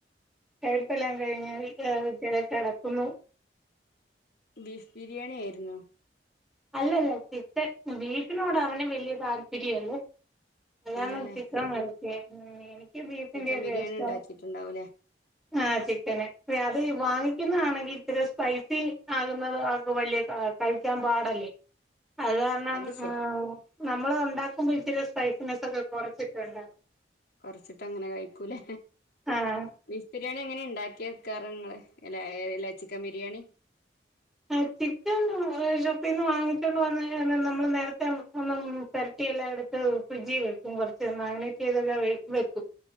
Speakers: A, in the centre; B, on the left (about 60°).
A: എ ഇപ്പല്ലാം കഴി വിദ്യട <unintelligible> ഒന്ന്
B: ബീഫ് ബിരിയാണി ആയിരുന്നോ
A: അല്ലല്ല ചിക്കൻ ബീഫിനോട് അവനെ വലിയ താല്പര്യല്ല അച്ഛനോട്
B: ഇല്ലല്ലേ
A: ചിത്രം വരപ്പിക്ക <unintelligible> മം ഇ ബീഫിന്റെ
B: ചിക്കൻ
A: ഒക്കെ
B: ബിരിയാണി
A: ഇഷ്ട
B: ഉണ്ടാക്കിട്ടുണ്ടാവൂലേ
A: ആ ചിക്കന് അ അത് വാങ്ങിക്കുന്നതാണെങ്കിൽ ഇത്തിരി സ്പൈസി ആകുന്നത് ആ വലിയ കഴിക്കാൻ പാട അതുകാരണം
B: അത് ശരി
A: നമ്മള ഉണ്ടാക്കുമ്പോ ഇച്ചരി സ്പൈസിനെ ഒക്കെ കുറച്ചിട്ട് ഉണ്ടാക്കും
B: കുറച്ചിട്ട് അങ്ങനെ കഴി കഴിക്കൂലേ
A: ആഹ്
B: ബീഫ് ബിരിയാണി എങ്ങനെ ഉണ്ടാ ഉണ്ടാക്കിക്കാറ് നിങ്ങള് അല്ല് ചിക്കൻ ബിരിയാണി
A: ആ ചിക്കൻ ഷോപ്പിൽന്ന് വാങ്ങിച്ചൊണ്ട് വന്ന് നമ്മള് നേരത്തെ ഒും പരട്ടിയെല്ലാം എടുത്ത് ഫ്രിഡ്ജി വെക്കും കുറച്ച് മാഗിനേറ്റ് ചെയ്തൊക്കെ വെക്കും